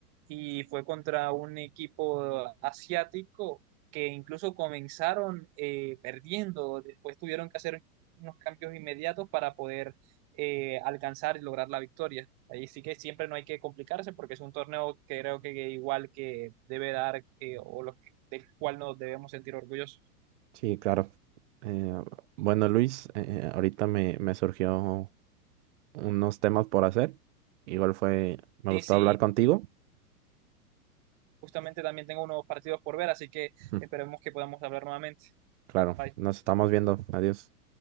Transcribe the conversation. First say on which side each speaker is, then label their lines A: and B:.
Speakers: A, on the right; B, on the right.
A: y fue contra un equipo asiático que incluso comenzaron eh, perdiendo, después tuvieron que hacer unos cambios inmediatos para poder eh, alcanzar y lograr la victoria. Ahí sí que siempre no hay que complicarse porque es un torneo que creo que igual que debe dar eh, o los que, del cual nos debemos sentir orgullosos.
B: Sí, claro. Eh, bueno, Luis, eh, ahorita me, me surgió unos temas por hacer. Igual fue, me
A: Sí,
B: gustó
A: sí,
B: hablar contigo.
A: Justamente también tengo unos partidos por ver, así que
B: <laughs>
A: esperemos que podamos hablar nuevamente.
B: Claro,
A: Bye.
B: nos estamos viendo. Adiós.